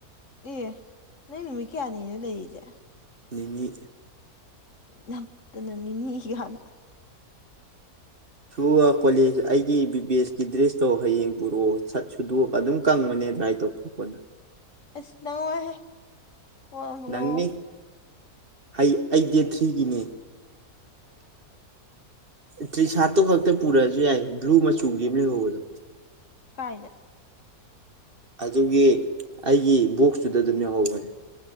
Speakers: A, on the left; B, on the right.
A: ꯑꯦ ꯅꯪ ꯅꯨꯃꯤꯠ ꯀꯌꯥꯅꯤꯅꯣ ꯂꯩ ꯏꯖꯦ
B: ꯅꯤꯅꯤ
A: ꯅꯞꯇꯅ ꯅꯤꯅꯤ ꯒꯅ
B: ꯁꯨ ꯀꯣꯂꯦꯖ ꯑꯩꯒꯤ ꯕꯤꯕꯦꯁꯀꯤ ꯗ꯭ꯔꯦꯁꯇꯣ ꯍꯌꯦꯡ ꯄꯨꯔꯛꯑꯣ ꯁꯠ ꯁꯨꯗꯣꯛꯑꯒ ꯑꯗꯨꯝ ꯀꯪꯕꯅꯦ ꯗꯔꯥꯏ ꯇꯧꯊꯣꯛꯄꯅ
A: ꯑꯁ ꯅꯪꯉꯣꯏꯍꯦ ꯀꯣꯟꯅ ꯑꯃꯨꯛ
B: ꯅꯪꯅꯤ
A: ꯂꯧꯑꯣ
B: ꯍꯩ ꯑꯩ ꯗꯦꯠ ꯊ꯭ꯔꯤꯒꯤꯅꯦ ꯇꯔꯤ ꯁꯥꯇꯇꯨ ꯈꯛꯇ ꯄꯨꯔꯁꯨ ꯌꯥꯏ ꯕꯂꯨ ꯃꯆꯨꯒꯤ ꯑꯝ ꯂꯩꯍꯧꯕꯗꯣ
A: ꯀꯥꯏꯗ
B: ꯑꯗꯨꯒꯤ ꯑꯩꯒꯤ ꯕꯣꯛꯁꯇꯨꯗ ꯑꯗꯨꯝ ꯌꯥꯎꯍꯧꯕꯅꯤ